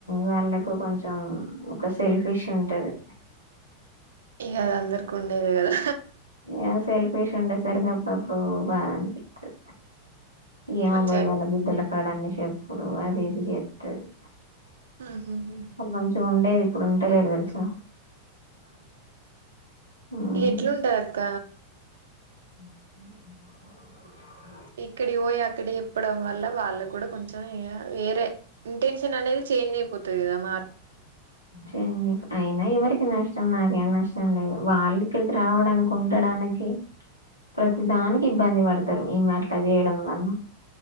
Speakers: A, on the left; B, on the right.
A: వాళ్ళకు కొంచెం ఒక సెల్ఫిష్ ఉంటది
B: గది అందరికీ ఉండేదే కదా
A: ఏ సెల్ఫీష్ ఉండేసరికి అప్పుడుప్పుడు బాధ అనిపిత్తది ఏమ్
B: మంచిగా
A: అబ్బాయి
B: అనిపి
A: వాళ్ళ బిడ్డల కాడ అన్ని చెపుడు అది ఇది జేత్తతి
B: ఉహుహు
A: అది మంచిగా ఉండేది ఇప్పుడు ఉంటలేరు తెలుసా మ్మ్
B: ఎట్ల ఉంటది అక్క
A: <inaudible>
B: ఇక్కడి ఓయి అక్కడ చెప్పడం వల్ల వాళ్ళ కూడా కొంచెం వేరే ఇంటెన్షన్ అనేది చేంజ్ అయిపోతది కదా మ
A: చెంజ్ అయిపో అయినా ఎవరికి నష్టం నాకేం నష్టం లేదు వాళ్ళు ఇక్కడికి రావడానికి ఉండడానికి ప్రతి దానికి ఇబ్బంది పడతారు ఈమె అట్ల చేయడం వల్ల